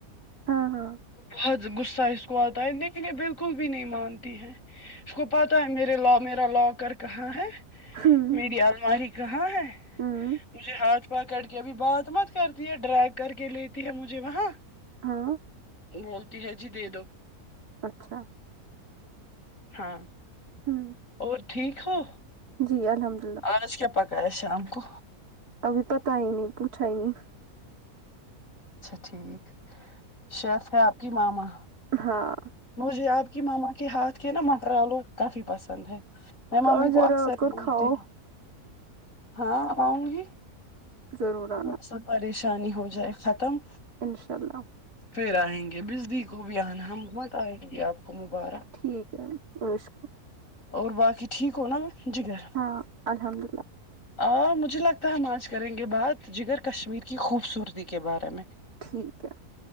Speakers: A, on the right; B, on the left.
A: ہاں ہاں
B: بہت غصہ اس کو آتا ہے لیکن یہ بالکل بھی نہیں مانتی ہے اس کو پتاہ ہے میرے لا میرا لاکر کہاں ہے
A: ہوں
B: میری الماری کہاں ہے
A: ہوں
B: مجھے ہاتھ پکڑ کے بھی بہت مت کرتی ہے ڈرگ کر کے لیتی ہے مجھے وہاں
A: ہاں
B: بولتی ہے جی دے دو
A: اچھا
B: ہاں
A: ہوں
B: اور ٹھیک ہو
A: جی الحمد للہ
B: آج کیا پکایا شام کو
A: ابھی پتا ہی نہیں پوچھا ہی نہیں
B: اچھا ٹھیک شیف ہے آپ کی ماما
A: ہاں
B: مجھے آپ کی ماما کے ہاتھ کے نا مٹر آلو کافی پسند ہے میں
A: تو
B: مممی
A: آ ضرورت
B: کو اکثر بولتی
A: کھاؤ
B: ہاں آؤں گی
A: ضرور آنا
B: سب پریشانی ہو جائے ختم
A: انشاء اللہ
B: پھر آئیں گے <unintelligible> آئیں گی آپ کو مبارک
A: ٹھیک ہے عیش کر
B: اور باقی ٹھیک ہونا جگر
A: ہاں الحمد للہ
B: آ مجھے لگتا ہے ہم آج کریں گے بات جگر کشمیر کی خوبصورتی کے بارے میں
A: ٹھیک ہے